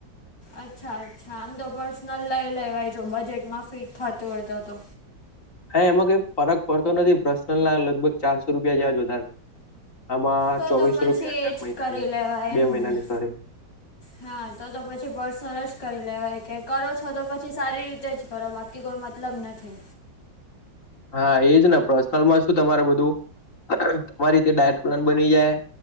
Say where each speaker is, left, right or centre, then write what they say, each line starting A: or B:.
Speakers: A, on the left (about 85°); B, on the left (about 45°).
A: અચ્છા અચ્છા આમ તો પર્સનલ લઈ લેવાય જો બજેટમાં ફિટ થતું હોય તો તો.
B: હા એમાં કઈ ફરક પડતો નથી પ્રશ્નલ ના લગભગ ચારસો રૂપિયા જેવા જ વધારે આમાં
A: તો
B: ચોવીસો
A: તો પછી
B: રૂપિયા છે
A: એ જ
B: મહિનાની,
A: કરી લેવાય
B: બે
A: એમને
B: મહિનાની સોરી.
A: હા તો તો પછી પર્સનલ જ કરી લેવાય કે કરો છો તો પછી સારી રીતે જ કરો બાકી કોઈ મતલબ નથી.
B: હા એજ ને પર્સનલમાં શું તમારું બધું તમારી રિતે ડાયટ પ્લાન બની જાય